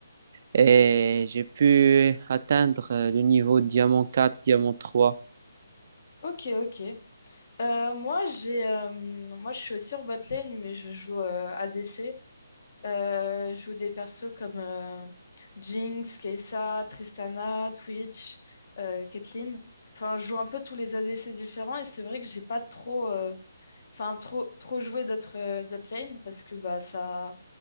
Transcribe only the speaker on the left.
Ok ok. Euh, moi, j'ai, euh, moi, je suis aussi en botlane, mais je joue euh, ADC. Euh, je joue des persos comme euh, Jinx, Kai'Sa, Tristana, Twitch, euh, Caitlyn. Enfin, je joue un peu tous les ADC différents et c'est vrai que j'ai pas trop, euh, enfin, trop, trop joué d'autres euh, d'autres lanes parce que bah, ça.